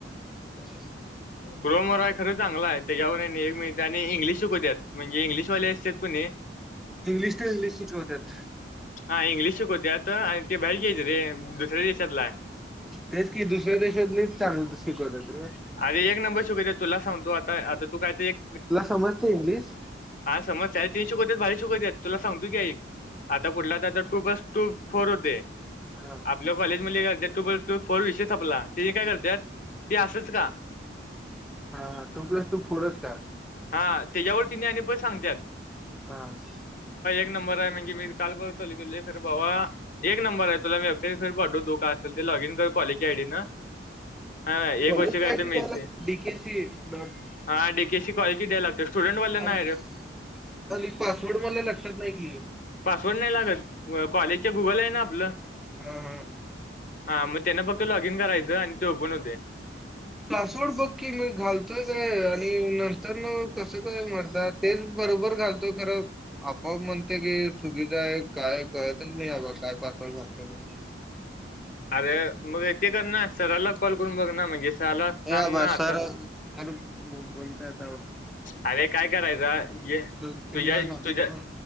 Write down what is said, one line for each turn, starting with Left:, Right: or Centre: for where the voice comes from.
Centre: अ्छ
Left: क्रोमरय खरं चांगलं आहे त्याच्यावर एक मि त्याने इंग्लिश शकू द्यात म्हणजे इंग्लिशवाले असत कोुणी
Centre: इंग्लिश ते इंग्लिश शिकवतात.
Left: हा इंग्लिश शिकवते आता आणि ते बाहेरचे येत रे दुसऱ्या देशातला आहे.
Centre: तेच कि दुसऱ्या देशातलेच चांगलं शिकवत र
Left: अरे एक नंबर शिकवत्यात तुला सांगतो आता आता तू काय ते एक
Centre: तुला समजतय इंग्लिश?
Left: समजतय, तेनी शिकवत्यात भारी शिकवत्यात. तुला सांगतोकी ऐक! आता कुठलात्या टू बस टू फोर हुदे.
Centre: हा
Left: आपल्या कॉलेज मध्यली ऐक- ते टु बाय टू फोर विषय संपला. ते काय करत्यात ते असंच का
Centre: हां हां टु प्लस टु फोरच का?
Left: हां हां तेच्यावरच तेनी आणि परत सगंत्यात.
Centre: हां.
Left: एक नंबर आहे, म्हंजे मी काल बगतोले मी खर भावा एक नंबर आहे. तुला मी वेबसाईटर मी पाठवतो, काय असल ते लॉग इन कर. काॅलेज ची आय डी नां, हां काय
Centre: कॉलेजचा
Left: एक वर्ष कायते
Centre: आयडी द्यायला
Left: मिळते.
Centre: लागतो डीकेसी डॉट
Left: हां डे के सी काॅलेजची द्या लागल्या स्टुडन्टवाल्यानां
Centre: आणि पासवर्ड मला लक्षात नाही कि.
Left: -सवर्ड नाही लागत व कॉलेजच्या गुगल आहे ना आपलं-
Centre: हां हां
Left: हां मग त्यांन फक्त लॉगिन करायचं आणि ते ओपन होतय.
Centre: पासवर्ड बघकी मी घालतोय काय आणि नंत- तर मगं कसं काय मर्दा तेच- बरोबर घाल- तोय खरं आपोआप म्हणत- तेगी चुकीच हाय काय कळतच नाहीबा काय पासवर्ड घातलेलं.
Left: आर मग ते कर ना सरलाच कॉल करून बघ ना म्हणजे- सराला सांग
Centre: ये आबा
Left: ना असं
Centre: सर
Left: असं.
Centre: <inaudible> मुंबईतर-
Left: अरे काय करायचाय, घे
Centre: दोन तीनदा
Left: तुझ्या-तुझ्या
Centre: झालं